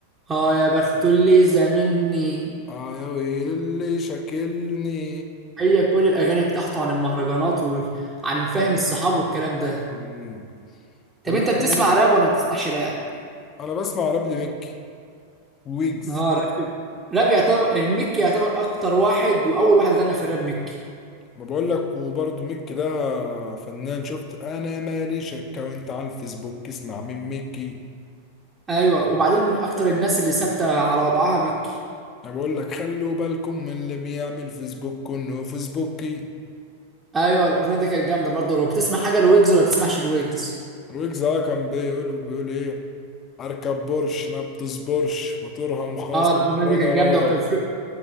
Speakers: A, on the right; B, on the left.
A: اه يا بخت اللي زاملني
B: اه يا ويل اللي شاكلني
A: هي كل الاغاني بتاعته عن المهرجانات وعن فهم الصحاب والكلام ده
B: مم.
A: طب
B: كان
A: انت
B: لسه
A: بتسمع
B: عامل-
A: راب ولا ما بتسمعش راب
B: أنا بسمع راب لميكي ويجز
A: اه راب راب يعتبر المكي يعتبر اكتر واحد واول واحد غنى في الراب مكي
B: ما بقول لك وبرضه ميكي ده فنان شفت أنا مالي شك وأنت على الفيسبوك اسمع من ميكي
A: ايوه وبعدين من اكتر الناس اللي ثابته على وضعها مكي
B: انا بقول لك خلوا بالكم من اللي بيعمل فيسبوك انه فيسبوكي
A: ايوه الاغنيه دي كانت جامده برضه لو بتسمع حاجه لويجز ولا بتسمعش لويجز
B: ويجز اه كان بيقول بيقول ايه اركب بورش ما بتصبرش موتورها مخاص
A: اه الاغنيه
B: مرة
A: دي كانت
B: ضرب
A: جامده وكان في